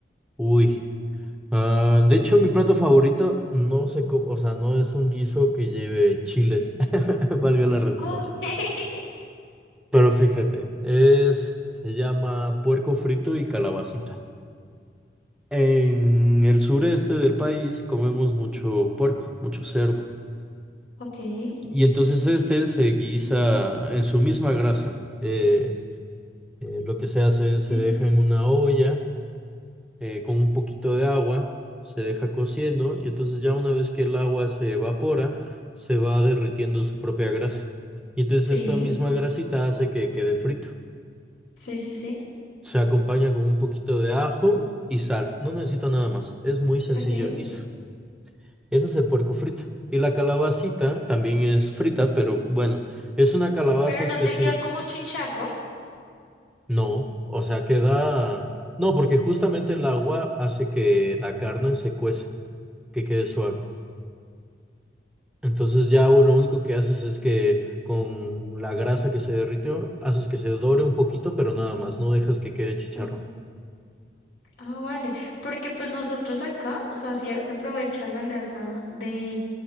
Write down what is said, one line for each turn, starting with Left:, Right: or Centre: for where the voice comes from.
Centre: uy, ah, de hecho, mi plato favorito no sé cómo, o sea, no es un guiso que lleve chiles, <laughs> valga la redundancia.
Left: Ok, <laughs>
Centre: Pero fíjate, es, se llama puerco frito y calabacita. En el sureste del país comemos mucho puerco, mucho cerdo.
Left: ok. Sí,
Centre: Y entonces este se guisa en su misma grasa. Eh, eh, lo que se hace
Left: sí,
Centre: es se deja
Left: sí, sí.
Centre: en una olla eh, con un poquito de agua, se deja cociendo y entonces ya una vez que el agua se evapora, se va derritiendo su propia grasa. Y entonces
Left: Sí,
Centre: esta misma grasita hace que quede frito.
Left: sí, sí, sí.
Centre: Se acompaña con un poquito de ajo y sal. No necesita nada más. Es muy sencillo
Left: Ok.
Centre: el guiso. Ese es el puerco frito. Y la calabacita también es frita, pero bueno, es una calabaza
Left: Pero
Centre: especial.
Left: no te queda como chicharro.
Centre: No, o sea, queda... No, porque justamente el agua hace que la carne se cueza, que quede suave. Entonces ya lo único que haces es que con la grasa que se derritió, haces que se dore un poquito, pero nada más, no dejas que quede chicharrón.
Left: Sí. Ah, vale. Porque pues nosotros acá, o sea, sí se aprovecha la grasa de,